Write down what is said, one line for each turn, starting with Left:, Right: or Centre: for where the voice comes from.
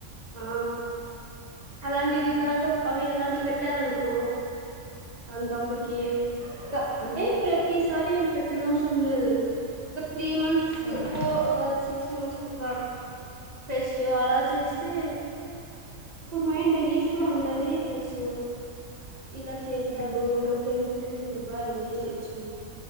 Right: ఆ అలాంటి విధాంలో అవి ఎలాంటి పెట్టారునుకో అంకప్పుటికి
Left: ఆ
Right: ఇక అంటే ప్రతిసారి ఏం పెట్టనవసరం లేదు ఒక త్రీ మంత్స్
Left: ఉమ్
Right: ఫో ఒక సిక్స్ మంత్స్ కొక ఫెస్ట్ అలా చేస్తే అప్పుడు మైండ్ రిలీఫ్ గా ఉంటది ప్లస్ ఇలా చేసారు
Left: ఉమ్
Right: ఇంకా ఫ్రెండ్స్ తో ఉంటే బా ఎంజాయ్ చెయ్యొచ్చు